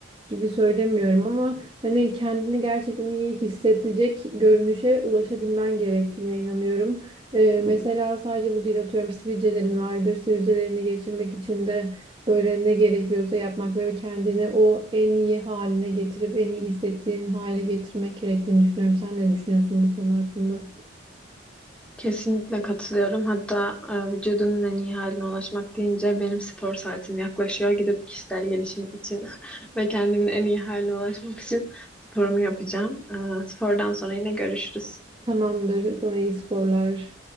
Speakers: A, on the right; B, in the centre.
A: gibi söylemiyorum ama Hani kendini gerçekten iyi hissedecek görünüşe ulaşabilmen gerektiğine inanıyorum. Ee, mesela sadece bu değil atıyorum sivilcelerin vardır. Sivilcelerini geçirmek için de böyle ne gerekiyorsa yapmak ve kendini o en iyi haline getirip en iyi hissettiğin hale getirmek gerektiğini düşünüyorum. Sen ne düşünüyorsun bu konu hakkında?
B: Kesinlikle katılıyorum. Hatta e, vücudunun en iyi haline ulaşmak deyince benim spor saatim yaklaşıyor. Gidip kişisel gelişim için <laughs> ve kendimin en iyi haline ulaşmak için sporumu yapacağım. E, spordan sonra yine görüşürüz.
A: Tamamdır. Sana iyi sporlar.